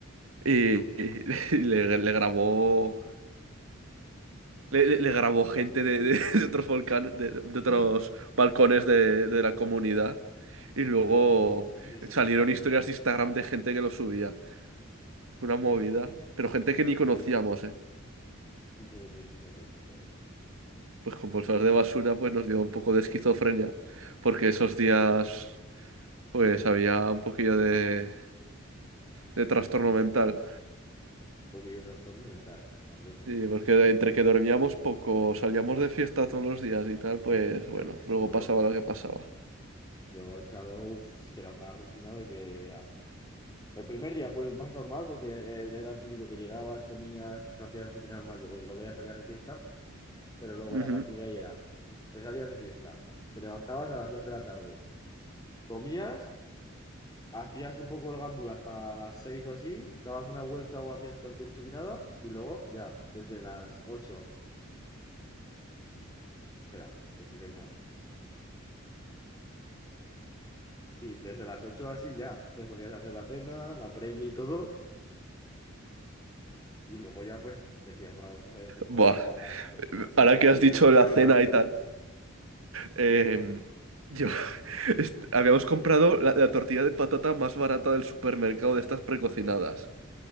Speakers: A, on the right; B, on the left.
A: Y, y <laughs> le le grabó Le, le- le grabó gente
B: Pero ¿cómo
A: de,
B: podéis?
A: de- <laughs> de otros volcanes, de, de otros
B: <laughs>
A: balcones de, de la comunidad. Y luego
B: Pero cómo pudiste sentir eso,
A: salieron historias de Instagram de gente que lo subía. Fue una movida.
B: madre mía.
A: Pero gente que ni conocíamos,
B: Pero,
A: ¿eh?
B: ¿y cómo pudiste hacer eso? Pues,
A: Pues con bolsas de basura, pues nos dio un poco de esquizofrenia. Porque esos días,
B: madre mía.
A: pues había un poquillo de, de trastorno mental.
B: Un poquillo de trastorno mental, madre mía.
A: Sí, porque entre que dormíamos poco, salíamos de fiesta todos los días y tal, pues
B: Yo,
A: bueno, luego
B: yo
A: pasaba
B: lo mismo,
A: lo que
B: ¿eh?
A: pasaba.
B: Yo en Salou, es que era una rutina de que era... El primer día fue el más normal porque eh, era el típico que llegabas, comías, hacías rutina normal y luego luego ya salías de fiesta. Pero luego
A: Ujú.
B: ya a partir de ahí era, te salías de fiesta, te levantabas a las 2 de la tarde, comías hacías un poco el gándula hasta las 6 o así, dabas una vuelta o hacías cualquier chupinada y luego ya, desde las 8, espera, que estoy pensando. Sí, desde las 8 así ya te ponías a hacer la cena, la previa y todo. Y luego ya pues decías, vamos a salir de fiesta
A: Buah.
B: ya a las 12 o así.
A: Ahora
B: Pero
A: que
B: es
A: has
B: que
A: dicho
B: yo me echaba
A: la cena
B: unas risas
A: y tal, eh,
B: y dime,
A: yo <laughs> est- habíamos comprado la, la tortilla de patata más barata del supermercado de estas precocinadas.